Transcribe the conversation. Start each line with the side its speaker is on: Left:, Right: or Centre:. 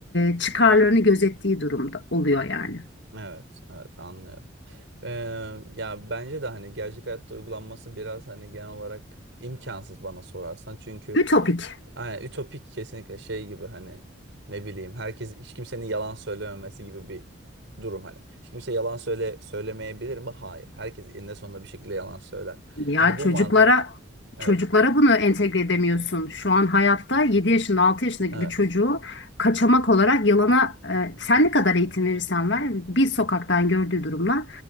Left: e, çıkarlarını gözettiği durumda oluyor yani.
Right: evet, evet anlıyorum. Ee, ya bence de hani gerçek hayatta uygulanması biraz hani genel olarak imkansız bana sorarsan. Çünkü
Left: Ütopik.
Right: hani, ütopik kesinlikle şey gibi hani ne bileyim herkes hiç kimsenin yalan söylememesi gibi bir durum hani. Hiç kimse yalan söyle söylemeyebilir mi? Hayır. Herkes eninde sonunda bir şekilde yalan söyler.
Left: Ya
Right: Hani bu
Left: çocuklara
Right: mantık. Evet,
Left: çocuklara bunu entegre edemiyorsun. Şu an hayatta 7 yaşında 6 yaşındaki
Right: evet,
Left: bir çocuğu kaçamak olarak yalana e, sen ne kadar eğitim verirsen ver bir sokaktan gördüğü durumla